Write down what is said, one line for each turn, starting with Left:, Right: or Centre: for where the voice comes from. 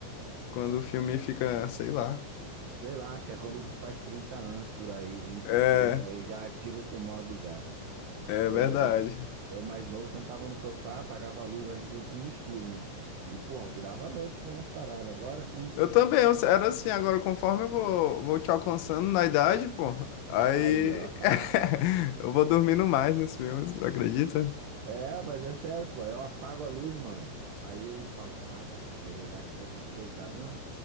Left: quando o filme fica, sei lá.
Right: Sei lá, acho que é quando tu faz 30 anos por aí, vinte
Left: É,
Right: e pouco, aí já ativa esse modo já.
Left: é
Right: Eu,
Left: verdade.
Right: eu, eu mais novo sentava no sofá, apagava a luz, eu gosto de ver o filme no escuro, né? E, porra, virava a noite vendo as paradas. Agora, hã?
Left: Eu também, eu era assim, agora conforme eu vou, vou te alcançando na idade, pô, aí
Right: Aí, ó. <laughs>
Left: <laughs> eu vou dormindo mais nos filmes, acredita?
Right: É, mas é sério, pô. Eu apago a luz, mano. Aí eu falo, caraca, vou deitar aqui pra assistir deitado. Hã?